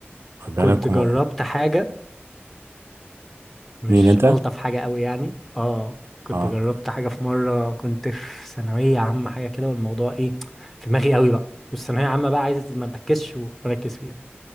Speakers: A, on the right; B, in the centre.
A: بالك
B: كنت جربت
A: و...
B: حاجة مش
A: مين انت
B: ألطف حاجة قوي يعني اه كنت
A: اه
B: جربت حاجة في مرة كنت في ثانوية عامة حاجة كده والموضوع ايه في دماغي قوي بقى والثانوية عامة بقى عايز ما اركزش واركز فيها